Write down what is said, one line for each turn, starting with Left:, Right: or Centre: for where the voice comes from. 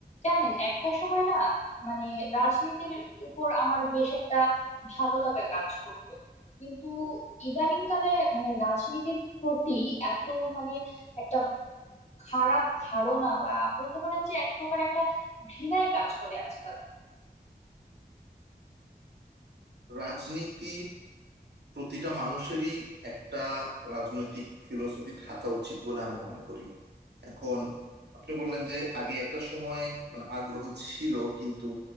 Left: জানেন একটা সময় না মানে রাজনীতির উপর আমার বেশ একটা ভালো লাগা কাজ করতো কিন্তু ইদানিংকালে মানে রাজনীতির প্রতি এত মানে একটা খারাপ ধারণা বা বলতে পারেন যে এক প্রকার একটা ঘৃণাই কাজ করে আজকাল
Right: রাজনীতি প্রতিটা মানুষেরই একটা রাজনৈতিক ফিলোসফি থাকা উচিত বলে আমি মনে করি এখন আপনি বললেন যে আগে একটা সময় মানে আগ্রহ ছিল কিন্তু